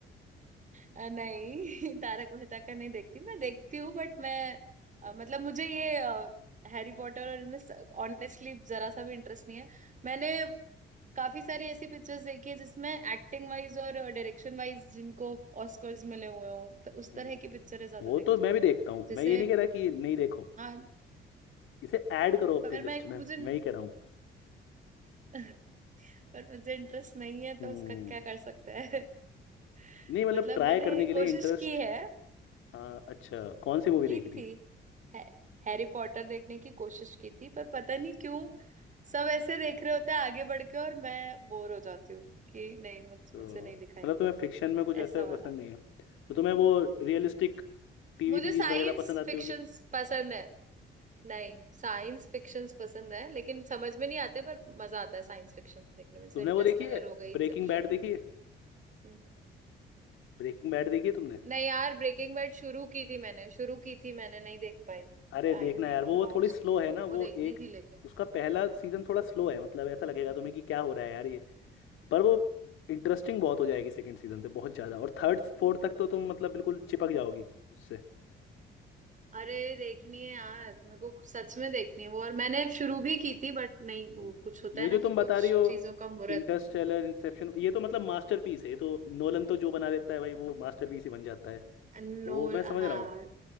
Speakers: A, on the right; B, on the left.
A: अ, नहीं <laughs> तारक मेहता का नहीं देखती मैं देखती हूँ बट मैं अ, मतलब मुझे ये हैरी पॉटर और इनमें ऑनेस्टली जरा सा भी इंटरेस्ट नहीं है मैंने काफी सारी ऐसी पिक्चर्स देखी है जिसमें एक्टिंग वाइज और डायरेक्शन वाइज जिनको ऑस्कर्स मिले हुए हों तो उस
B: हम्म।
A: तरह की पिक्चरें ज्यादा
B: वो
A: देखती
B: तो मैं
A: हूँ
B: भी देखता हूँ
A: जैसे
B: मैं ये नहीं कह रहा कि नहीं देखो
A: हाँ
B: इसे ऐड करो अपने
A: पर
B: लिस्ट
A: मैं
B: में
A: मुझे
B: मैं ही कह रहा हूँ
A: <laughs> पर मुझे इंटरेस्ट नहीं है तो
B: हम्म,
A: उसका क्या कर सकते हैं <laughs>
B: नहीं मतलब
A: मतलब
B: ट्राई
A: मैंने
B: करने के लिए
A: कोशिश
B: इंटरेस्ट
A: की है
B: हाँ अच्छा कौन सी मूवी
A: की
B: देखी थी
A: थी है, हैरी पॉटर देखने की कोशिश की थी पर पता नहीं क्यों सब ऐसे देख रहे होते हैं आगे बढ़ के और मैं बोर हो जाती हूँ कि नहीं मुझ,
B: तो
A: मुझसे नहीं
B: मतलब
A: दिखाएगी
B: तुम्हें फिक्शन में कुछ ऐसा
A: ऐसा वाला
B: पसंद नहीं है तो तुम्हें वो रियलिस्टिक टीवी
A: मुझे
B: सीरीज
A: साइंस
B: वगैरह पसंद आती
A: फिक्शंस
B: होगी
A: पसंद है नहीं साइंस फिक्शंस पसंद है लेकिन समझ में नहीं आते पर मजा आता है साइंस फिक्शन देखने में जैसे
B: तुमने
A: इंटरस्टेलर
B: वो देखी है
A: हो गई इंसेप्शन
B: ब्रेकिंग बैड
A: हो
B: देखी है
A: हम्म।
B: ब्रेकिंग बैड देखी है तुमने
A: नहीं यार ब्रेकिंग बैड शुरू की थी मैंने शुरू की थी मैंने नहीं देख पाई
B: अरे
A: टाइम
B: देखना
A: नहीं
B: यार वो
A: मिल पाया
B: थोड़ी
A: उसके
B: स्लो
A: लिए
B: है ना वो
A: वो देखनी
B: एक
A: थी लेकिन
B: उसका पहला सीजन थोड़ा स्लो है मतलब ऐसा लगेगा तुम्हें कि क्या हो रहा है यार ये पर वो इंटरेस्टिंग बहुत हो जाएगी सेकंड सीजन से बहुत ज़्यादा और थर्ड फोर्थ तक तो तुम मतलब बिल्कुल चिपक जाओगी उससे
A: अरे देखनी है यार मेरे को सच में देखनी है वो और मैंने शुरू भी की थी बट नहीं
B: नहीं।
A: वो कुछ होता
B: ये
A: है
B: जो
A: ना
B: तुम
A: कि
B: बता
A: कुछ
B: रही हो
A: चीजों का मुहूर्त
B: इंटरस्टेलर इंसेप्शन ये तो मतलब मास्टरपीस है ये तो नोलन तो जो बना देता है भाई वो मास्टरपीस ही बन जाता है
A: नोल
B: वो मैं समझ
A: हाँ
B: रहा हूँ